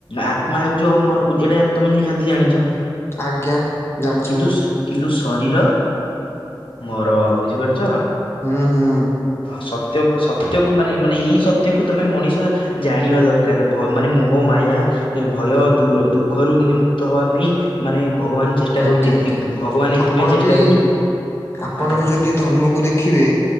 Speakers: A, on the left; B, on the left.
A: ଆତ୍ମା ହଉଛି ଅମର ଏଇଟା ଆମେ ତମେ ନିହାତି ଜାଣିଛ।
B: ଆଜ୍ଞା ଜାଣିଛି
A: କିନ୍ତୁ
B: ମୁଁ।
A: କିନ୍ତୁ ଶରୀର ମର ବୁଝିପାରୁଛ?
B: ହୁଁ ହୁଁ।
A: ସତ୍ୟ ସତ୍ୟକୁ ମାନେ ମାନେ ଏଇ ସତ୍ୟକୁ ତମେ ମଣିଷ। ଜାଣିବା ଦରକାର ମାନେ ମୋହ ମାୟା ଭୟ ଦୂର୍ ଦୁଃଖରୁ କି ମୁକ୍ତ ହବା ପାଇଁ ମାନେ ଭଗବାନ ଚେଷ୍ଟା
B: ଆଜ୍ଞା
A: କରୁଛି ଏଥି
B: ଆଜ୍ଞା
A: ଭଗବାନ ଏଥିପାଇଁ
B: ଆପଣ
A: ଚେଷ୍ଟା
B: ବି
A: କରୁଛନ୍ତି
B: ଆପଣ
A: ଆଜ୍ଞା।
B: ବି ଯଦି ଧର୍ମକୁ ଦେଖିବେ?